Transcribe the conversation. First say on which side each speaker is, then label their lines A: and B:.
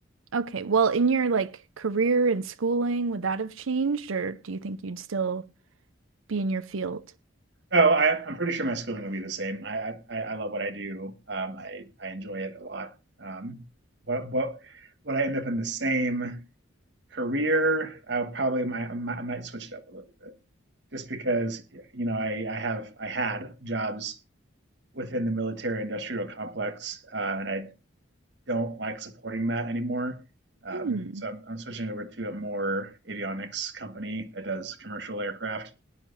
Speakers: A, on the right (about 80°); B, on the right (about 60°).
A: Okay. Well, in your like career and schooling, would that have changed, or do you think you'd still be in your field?
B: Oh, I, I'm pretty sure my schooling will be the same. I I, I love what I do. Um, I I enjoy it a lot. Um, what what would I end up in the same? career, I will probably might, I might I might switch it up a little bit just because you know I, I have I had jobs within the military industrial complex uh, and I don't like supporting that anymore. Um,
A: Hmm.
B: so I'm, I'm switching over to a more avionics company that does commercial aircraft.